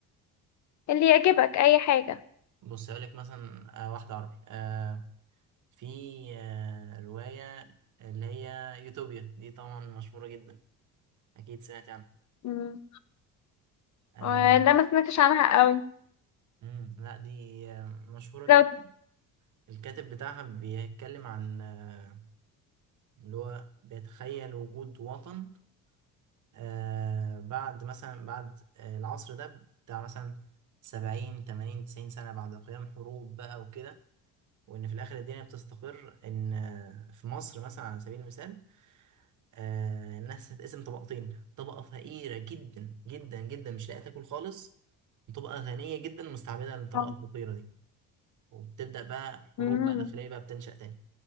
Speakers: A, on the left; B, on the right.
A: اللي يعجبك اي حاجة
B: بص اقول لك مثلا آه واحده عربي آه في آه روايه اللي هي يوتوبيا دي طبعا مشهوره جدا اكيد سمعت عنها
A: مم.
B: آه
A: آه، لا ما سمعتش عنها قوي
B: مم، لا دي آه مشهوره جدا
A: لو
B: الكاتب بتاعها بيتكلم عن آه اللي هو بيتخيل وجود وطن آه بعد مثلا بعد آه العصر ده بتاع مثلا سبعين تمانين تسعين سنة بعد قيام حروب بقى وكده وان في الاخر الدنيا بتستقر ان آه، في مصر مثلا على سبيل المثال آه، الناس هتقسم طبقتين طبقه فقيره جدا جدا جدا مش لاقيه تاكل خالص وطبقه غنيه جدا مستعبده للطبقه
A: آه.
B: الفقيره دي وبتبدا بقى حروب
A: مم.
B: بقى داخليه بقى بتنشا تاني